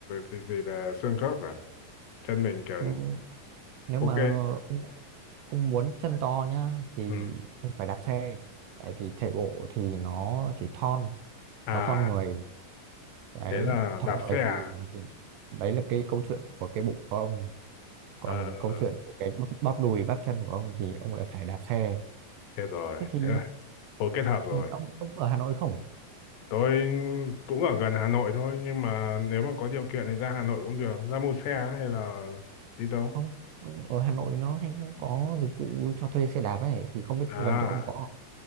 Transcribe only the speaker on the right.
Ừ, nếu
mà ông muốn chân to nhá thì
ông phải đạp xe tại vì chạy bộ thì nó chỉ thon
nó thon người đấy
thon
người
thì, thì đấy là cái câu chuyện của cái bụng của ông còn
câu
chuyện về cái bắp, bắp đùi bắp chân của ông thì ông lại phải đạp xe
thế thì,
thì ông ông ở Hà Nội không
ông ông ở Hà Nội nó hay có dịch vụ cho thuê xe đạp ấy thì không biết
gần chỗ ông có không?